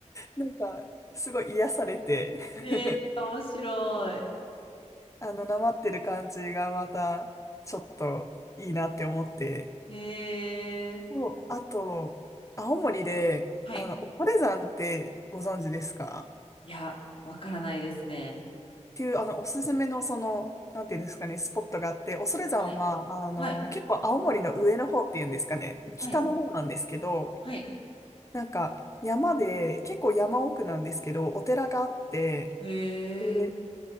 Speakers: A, on the left; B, on the left.
A: なんか、すごい癒されて <laughs>
B: へえ、面白い。
A: あの、なまってる感じがまた、ちょっといいなって思って。
B: へえ、
A: そうあと、青森で、
B: はい。
A: あの、恐山ってご存知ですかっ
B: いや、わからないですね。
A: ていう、あの、おすすめの、その、なんていうんですかね、スポットがあって、恐山は、
B: はい。
A: あの、
B: はい。
A: 結構青森の上の方っていうんですかね、
B: はい。
A: 北の方なんですけど、
B: はい。
A: なんか、山で、結構山奥なんですけど、お寺があって、
B: へえ。
A: で